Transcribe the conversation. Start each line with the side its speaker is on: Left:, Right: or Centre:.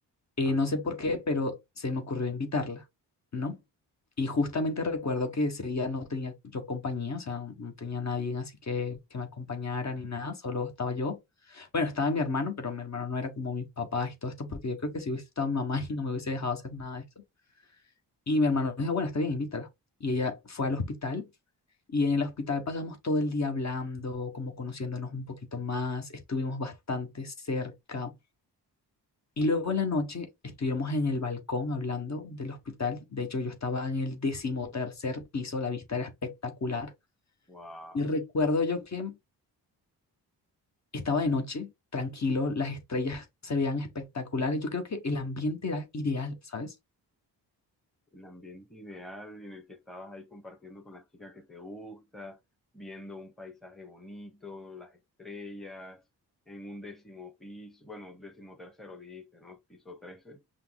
Left: Eh,
Centre: Ajá.
Left: no sé por qué, pero se me ocurrió invitarla, ¿no? Y justamente recuerdo que ese día no tenía yo compañía, o sea, no tenía nadie así que, que me acompañara ni nada, solo estaba yo. Bueno, estaba mi hermano, pero mi hermano no era como mis papás y todo esto, porque yo creo que si hubiese estado mi mamá <laughs> y no me hubiese dejado hacer nada de esto. Y mi hermano dijo, bueno, está bien, invítala. Y ella fue al hospital y en el hospital pasamos todo el día hablando, como conociéndonos un poquito más, estuvimos bastante cerca y luego en la noche estuvimos en el balcón hablando del hospital. De hecho, yo estaba en el decimotercer piso, la vista era espectacular.
Centre: Wow.
Left: Y recuerdo yo que estaba de noche, tranquilo, las estrellas se veían espectaculares. Yo creo que el ambiente era ideal, ¿sabes?
Centre: el ambiente ideal en el que estabas ahí compartiendo con la chica que te gusta, viendo un paisaje bonito, las estrellas, en un décimo piso, bueno, décimo tercero dijiste, ¿no? Piso trece